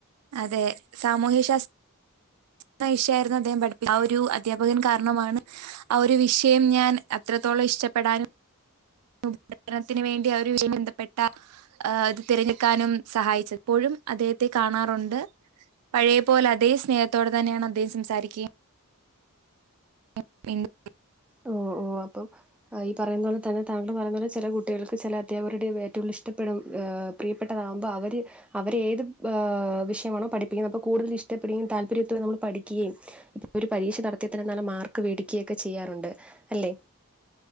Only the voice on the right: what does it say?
അതെ സാമൂഹ്യ ശാസ്
<unintelligible> ഷയായിരുന്നു അദ്ദേഹം പഠിപ്പി ആഹ് ഒരു അധ്യാപകൻ കാരണമാണ് ആഹ് ഒരു വിഷയം ഞാൻ അത്രത്തോളം ഇഷ്ട്ടപ്പെടാനും. ഉപര്ണത്തിന് വേണ്ടി ആഹ് ഒര് വിഷയം ബന്ധപ്പെട്ട. ആഹ് ഇത് തിരഞ്ഞെടുക്കാനും സഹായിച്ച് എപ്പോഴും അദ്ദേഹത്തെ കാണാറുണ്ട്. പഴയപോലെ അതേ സ്നേഹത്തോടെ തന്നെയാണ് അദ്ദേഹം സംസാരിക്കയും. <unintelligible>